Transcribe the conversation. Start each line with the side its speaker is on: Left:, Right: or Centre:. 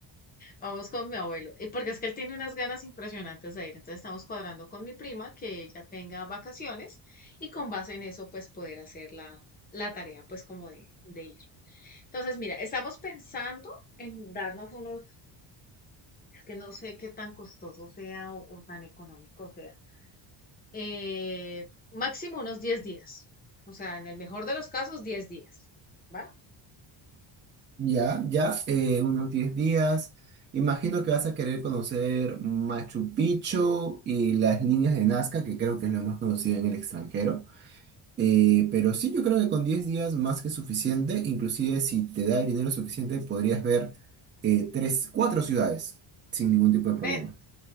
Left: Vamos con mi abuelo. Y porque es que él tiene unas ganas impresionantes de ir. Entonces estamos cuadrando con mi prima que ella tenga vacaciones y con base en eso pues poder hacer la, la tarea pues como de, de ir. Entonces mira, estamos pensando en darnos unos, es que no sé qué tan costoso sea o, o tan económico sea. eh, máximo unos 10 días. O sea, en el mejor de los casos 10 días. ¿Vale?
Right: Ya, ya, eh, unos 10 días. Imagino que vas a querer conocer Machu Picchu y las líneas de Nazca, que creo que es lo más conocido en el extranjero. Eh, pero sí, yo creo que con 10 días más que suficiente, inclusive si te da el dinero suficiente, podrías ver eh, tres, cuatro ciudades sin ningún tipo de problema.
Left: Ven.